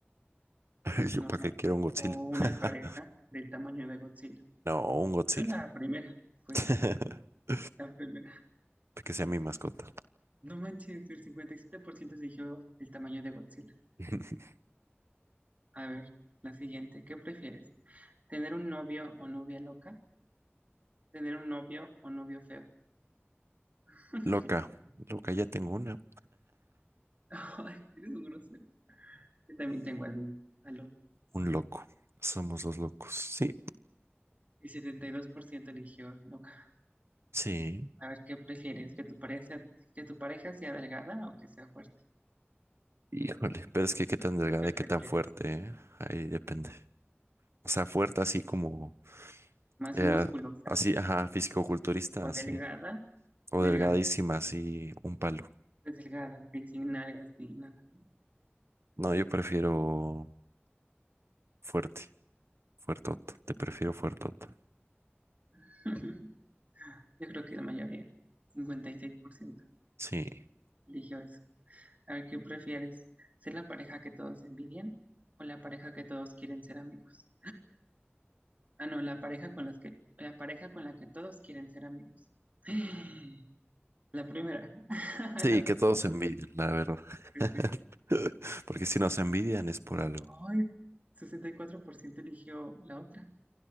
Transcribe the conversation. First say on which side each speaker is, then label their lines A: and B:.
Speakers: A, on the right; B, on the right.
A: <laughs> ¿Yo
B: normal
A: para qué quiero un Godzilla?
B: o una
A: <laughs>
B: pareja del tamaño de Godzilla.
A: No, un Godzilla.
B: Yo la primera, pues
A: <laughs>
B: la primera.
A: Que sea mi mascota.
B: No manches, el 57% eligió el tamaño de Godzilla.
A: <laughs>
B: A ver, la siguiente, ¿qué prefieres? ¿Tener un novio o novia loca? ¿Tener un novio o novio feo? <laughs>
A: Loca, loca, ya tengo una.
B: Ay, eres un grosero. Yo también tengo al mío, al loco.
A: Un loco. Somos los locos. Sí,
B: El setenta Y dos por ciento eligió loca.
A: sí.
B: A ver, ¿qué prefieres? ¿Que tu pareja, que tu pareja sea delgada o que sea fuerte?
A: Híjole, pero es que qué tan delgada
B: ¿Qué
A: y
B: prefieres?
A: qué tan fuerte, ¿eh? Ahí depende. O sea, fuerte así como,
B: Más
A: eh,
B: y musculosa,
A: así,
B: sí.
A: ajá, fisicoculturista,
B: No sé. O
A: así.
B: delgada
A: O
B: Delgada.
A: delgadísima,
B: sí.
A: así, un palo.
B: Pues delgada, sí, sin nalgas ni nada.
A: No, yo prefiero fuerte, fuertoto. Te prefiero fuertoto.
B: <laughs> Yo creo que la mayoría, 56%
A: Sí.
B: eligió eso. A ver, ¿qué prefieres? ¿Ser la pareja que todos envidian o la pareja que todos quieren ser amigos? Ah, no, la pareja con las que, la pareja con la que todos quieren ser amigos. <gasps> <sighs> La primera, <laughs>
A: Sí,
B: la verdad
A: que todos se envidian, la verdad.
B: que sí.
A: <laughs> Porque si nos envidian es por algo.
B: Ay, 64% eligió la otra.